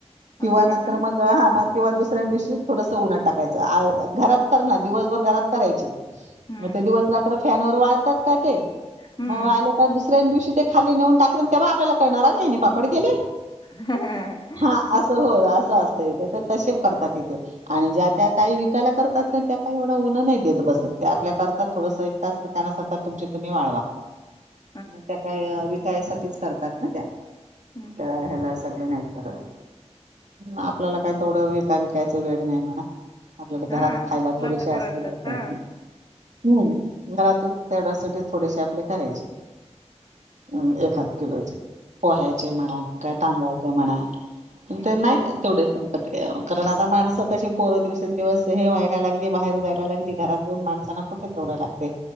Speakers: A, on the right (about 80°); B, on the left (about 40°).
A: किंवा
B: असं
A: नंतर
B: करते का
A: मग हा मग किंवा दुसऱ्यां दिवशी थोडसं उन्हात टाकायचं, घरात करनार, दिवसभर घरात करायची
B: हम्म
A: मग ते दिवस रात्र फॅन वर वाळतात का ते
B: हम्म
A: मग वाळले का मग दुसर दुसऱ्या दिवशी ते खाली नेऊन टाकल तेव्हा आपल्याला कळंणार अरे यानी पापड केले.
B: <unintelligible>
A: हा असं हो असं असतं इथे तर तसे करतात इथे. आणि ज्या त्या काही विकायला करतात ना त्या काही एवढं उनं नाही देत बसत ते आपल्या करतात थोडसं त्यांना सतत तुमच तुम्ही वाळवा.
B: <unintelligible>
A: त्या काय विकाय साठीच करतात ना त्या?
B: हम्म.
A: स्वतःसाठी नाही करत. आपल्याला काय थोड विकाय बिकायचं वेड नाही म्हणा आपल्याला
B: हा
A: घरात खायला
B: आपलं
A: थोडेसे
B: आपलं घरातलंच
A: असले <unintelligible>
B: हा
A: हम्म
B: तेच
A: घरातच तेवढ्यासाठी थोडेशे आपले करायचे. हम्म एखाद किलोचे पोह्याचे म्हणा तांदळाचे म्हणा <unintelligible>
B: हम्म
A: तेवढास
B: <inaudible>
A: कारण आता माणसं कशी पोर दिवसेंदिवस हे व्हायला लागली बाहेर जायला लागली घरात जाऊन माणसांना कुठ तेवढ लागतंय